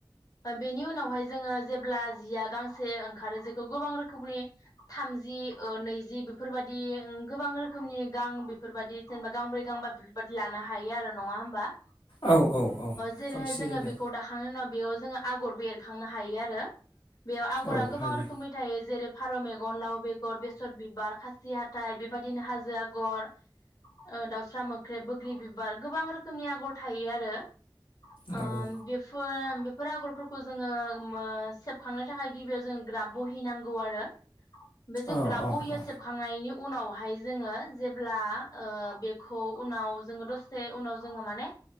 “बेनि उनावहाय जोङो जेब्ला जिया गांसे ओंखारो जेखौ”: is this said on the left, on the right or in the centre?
Left